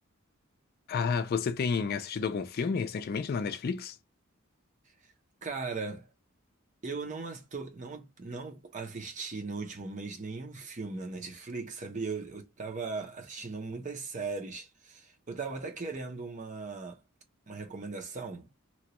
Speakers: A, on the left; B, on the right.
A: Ah, você tem assistido algum filme recentemente na Netflix?
B: <laughs> Cara. Eu não, asto- não, não assisti no último mês nenhum filme na Netflix, sabia? Eu, eu tava assistindo muitas séries. Eu tava até querendo uma, uma recomendação.